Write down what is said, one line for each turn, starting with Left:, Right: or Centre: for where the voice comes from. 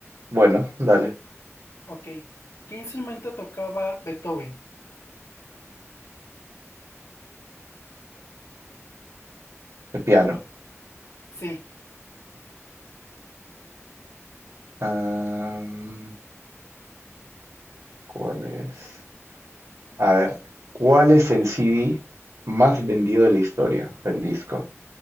Right: Bueno, dale,
Left: ok. ¿Qué instrumento tocaba Beethoven?
Right: el piano.
Left: Sí,
Right: Am, ¿cuál es? A ver, ¿cuál es el CD más vendido de la historia? El disco.